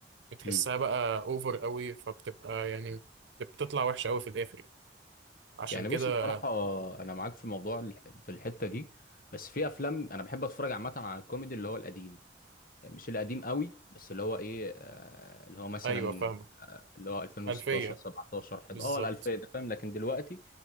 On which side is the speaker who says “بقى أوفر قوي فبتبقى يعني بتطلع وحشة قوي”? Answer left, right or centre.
Right